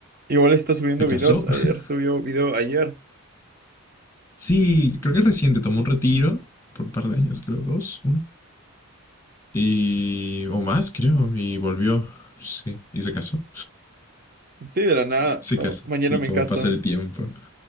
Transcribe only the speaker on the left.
casó.
<laughs>
Sí, creo que reciente, tomó un retiro por un par de años, creo, dos, uno. Y, o más, creo. Y volvió. Sí. Y se casó.
Se
casó.
Y
como
pasa el tiempo,